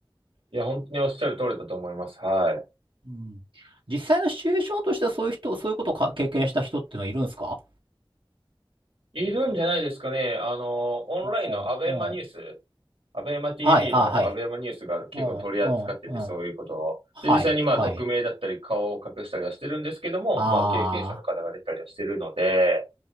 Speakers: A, on the right (about 80°); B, on the right (about 65°).
A: や、本当におっしゃる通りだと思います。はい。
B: うん実際のシチュエーションとしてはそういう人、そういうことをか経験した人っていうのはいるんですか
A: いるんじゃないですかね。あの、オンラインのアベマニュース
B: うんうん
A: アベマ TV
B: はい、あ、
A: のアベマニュースが結構取り扱ってて、
B: はい。うん、うん、うん。
A: そういうことを。
B: はい、
A: で、実際にまあ、
B: はい。
A: 匿名だったり、顔を隠したりはしてるんですけども、
B: ああ。
A: まあ、経験者の方が出たりはしてるので、